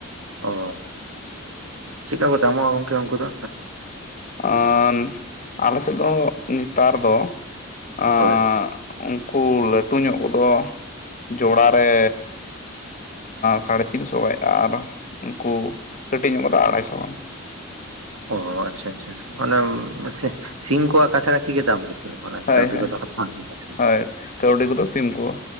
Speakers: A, on the right (about 80°); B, on the left (about 35°).
A: ᱚ ᱪᱮᱫᱠᱟ ᱠᱚ ᱫᱟᱢᱚᱜᱼᱟ ᱜᱚᱝᱠᱮ ᱩᱱᱠᱩ ᱫᱚ?
B: ᱟᱸ ᱟᱞᱮ ᱥᱮᱫ ᱫᱚ ᱱᱮᱛᱟᱨ ᱫᱚ ᱟᱸ
A: ᱦᱳᱭ
B: ᱩᱱᱠᱩ ᱞᱟᱹᱴᱩ ᱧᱚᱜ ᱠᱚᱫᱚ ᱡᱚᱲᱟ ᱨᱮ ᱥᱟᱲᱮ ᱛᱤᱱᱥᱚ ᱠᱷᱚᱡ ᱟᱨ ᱩᱱᱠᱩ ᱠᱟᱹᱴᱤᱡ ᱧᱚᱜ ᱠᱚᱫᱚ ᱟᱲᱟᱭ ᱥᱚ ᱜᱟᱱ ᱾
A: ᱚ ᱟᱪᱪᱷᱟ ᱟᱪᱪᱷᱟ ᱛᱟᱦᱚᱞᱮ ᱮᱢ ᱥᱤᱢ ᱠᱚᱣᱟᱜ ᱠᱟᱪᱷᱟ ᱠᱟᱪᱷᱤ ᱜᱮ ᱫᱟᱢ ᱜᱮ ᱾ ᱢᱟᱱᱮ
B: ᱦᱳᱭ
A: ᱠᱟᱹᱣᱰᱤ
B: ᱦᱳᱭ
A: ᱠᱚᱫᱚ ᱦᱟᱛᱟᱣ ᱜᱮᱭᱟ ᱥᱮ,
B: ᱦᱳᱭ ᱠᱟᱹᱣᱰᱤ ᱠᱚᱫᱚ ᱥᱤᱢ ᱠᱚ